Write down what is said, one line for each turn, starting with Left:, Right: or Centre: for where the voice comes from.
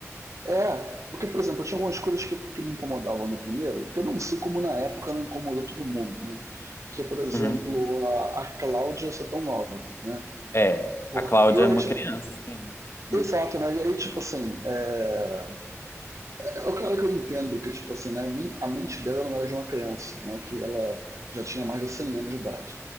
Right: É, porque, por exemplo, tinha algumas coisas que, que me incomodavam no primeiro, que eu não sei como na época não incomodou todo mundo, né? Que é, por exemplo,
Left: Uhum.
Right: a, a Cláudia ser tão nova, né?
Left: É,
Right: Porque,
Left: a Cláudia é uma
Right: tipo,
Left: criança, sim, né? Hum,
Right: exato, né? E aí, tipo assim, é, É claro que eu entendo que, tipo assim, né, a mente dela não era de uma criança, né? Que ela já tinha mais de 100 anos de idade.